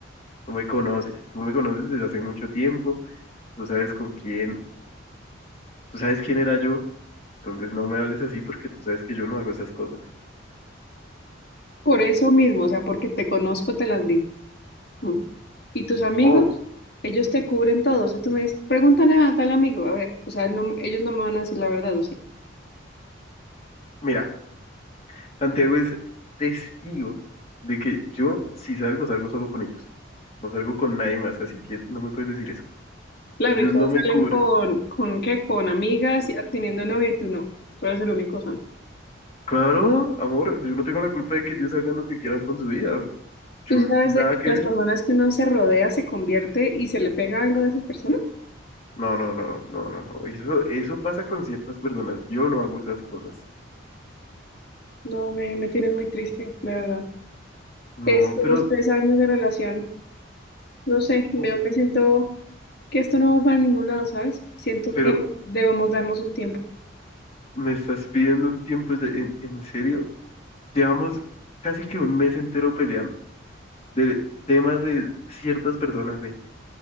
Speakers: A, on the left (about 30°); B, on the left (about 50°).
A: Tú me conoces, tú me conoces desde hace mucho tiempo. tú sabes con quién, tú sabes quién era yo, entonces no me hables así porque tú sabes que yo no hago esas cosas.
B: Por eso mismo, o sea, porque te conozco, te las digo. ¿Mm? Y tus amigos,
A: O,
B: ellos te cubren todo. O sea, tú me dices, pregúntale a tal amigo, a ver, o sea, no- ellos no me van a decir la verdad, ¿o sí?
A: mira, Santiago es testigo de que yo si salgo, salgo solo con ellos. No salgo con nadie más, así que no me puedes decir eso.
B: Claro,
A: Ellos
B: y todos
A: no me
B: salen
A: cubren.
B: con, ¿con qué? Con amigas, y- teniendo novia y tú no. Tú eres el único santo.
A: Claro, amor, yo no tengo la culpa de que ellos hagan lo que quieran con su vida. Yo
B: ¿Tú sabes de
A: nada
B: que
A: que
B: las
A: ver.
B: personas que uno se rodea se convierte y se le pega algo de esas personas?
A: No, no, no, no, no, no. Eso, eso pasa con ciertas personas. Yo no hago esas cosas.
B: No, me, me tienes muy triste, de verdad.
A: No,
B: Estos
A: pero,
B: tres años de relación, no sé, me,
A: po-
B: me siento que esto no va para ningún lado, ¿sabes? Siento
A: pero
B: que debemos darnos un tiempo.
A: me estás pidiendo un tiempo de- en, en serio. Llevamos casi que un mes entero peleando de temas de ciertas personas, ¿eh?